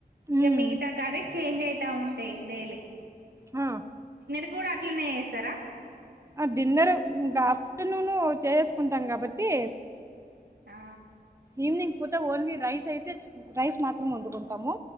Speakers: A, on the right (about 80°); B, on the right (about 15°).
A: ఇక
B: ఉమ్
A: మిగతా కర్రీస్ చేంజ్ అయి. ా ఉంటాయి డైలీ
B: ఆ
A: ఇప్పుడు అట్లనే వస్తారా
B: ఆ డిన్నర్ ఇంకా ఆఫ్టర్నూను చేసేసుకుంటాం కాబట్టి
A: ఆ
B: ఈవినింగ్ పూతే ఓన్లీ రైస్ అయితే రైస్ మాత్రం వండుకుంటాము